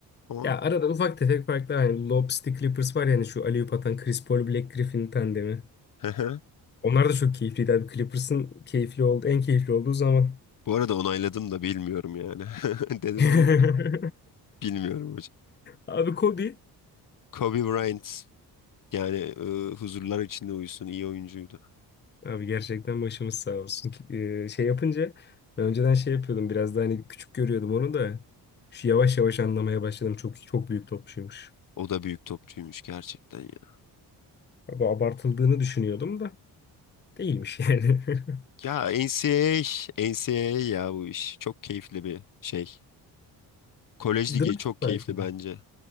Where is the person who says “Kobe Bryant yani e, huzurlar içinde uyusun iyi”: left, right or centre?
Left